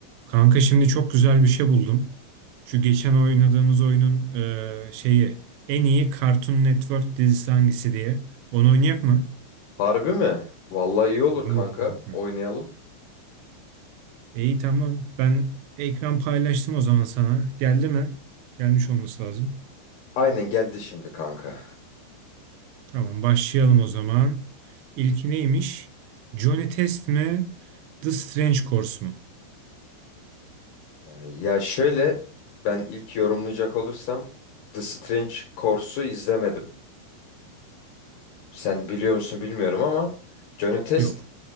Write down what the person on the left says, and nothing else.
Harbi mi? Vallahi iyi olur
kanka.
Oynayalım.
Aynen geldi şimdi kanka.
Ee, ya şöyle ben ilk yorumlayacak olursam The Strange Course'u izlemedim. Sen biliyor musun bilmiyorum ama Johnny Test